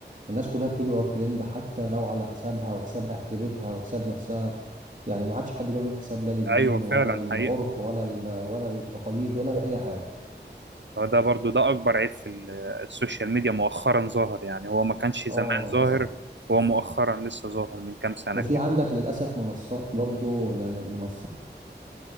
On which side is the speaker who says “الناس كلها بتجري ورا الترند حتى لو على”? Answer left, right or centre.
Right